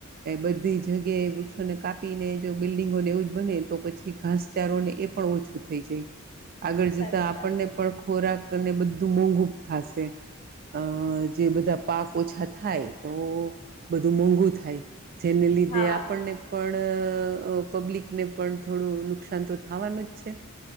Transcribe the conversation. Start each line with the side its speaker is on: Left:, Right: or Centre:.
Right: એ બધી જગ્યાએ વૃક્ષોને કાપીને જો બિલ્ડિંગો ને એવું જ બને તો પછી ઘાસચારો ને ઓછું થઈ જાય આગળ
Left: સાચી
Right: જતા આપણને
Left: વાત છે
Right: પણ ખોરાક અને બધું મોઘ થાય પાસે અ જે બધા પાક ઓછા થાય તો બધું મોંઘું થાય જેને લીધે
Left: હા
Right: આપણને પણ પબ્લિકને પણ થોડું નુકસાન તો થવાનું જ છે